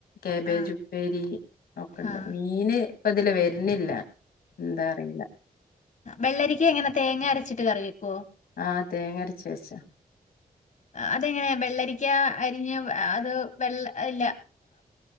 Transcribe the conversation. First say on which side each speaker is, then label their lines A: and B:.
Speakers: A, on the left (about 80°); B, on the left (about 55°).
A: കാബേജ്
B: ആഹ്
A: ഉപ്പേരി ഒക്കെണ്ട്
B: ആഹ്
A: മീന് ഇപ്പ തിലേ വര് നില്ല എന്താ അറീല്ല
B: വെള്ളരിക്ക് എങ്ങനെ തേങ്ങ അരച്ചിട്ട് കറി വെ ക്കൊ
A: ആഹ് തേങ്ങര ച്ച് വെച്ചാ
B: അതെങ്ങനെ വെള്ളരിക്ക അരിഞ്ഞ് അത് വെള്ള ഇല്ല